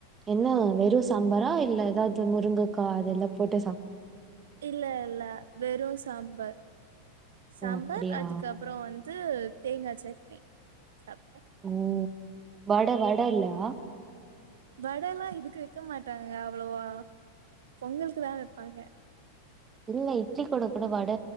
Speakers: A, on the right (about 20°); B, on the right (about 60°).
A: என்ன வெறும் சாம்பாரா இல்ல ஏதாவது முருங்கக்கா அதெல்லா போட்டு சாம்
B: இல்ல இல்ல வெறு சாம்பார் சாம்பார்
A: ஓ அப்டியா
B: அதுக்கப்பறம் வந்து து தேங்கா சட்னி சாப்ட்டே
A: ஓ வட வட இல்லா
B: வட எல்லா இதுக்கு வைக்க மாட்டாங்க அவ்வளவா பொங்கலுக்குதான் வைப்பாங்க
A: இல்ல இட்லி கூட கூட வட